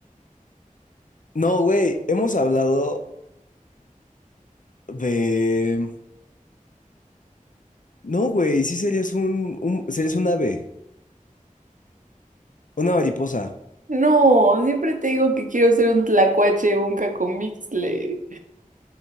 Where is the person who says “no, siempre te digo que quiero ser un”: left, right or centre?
Right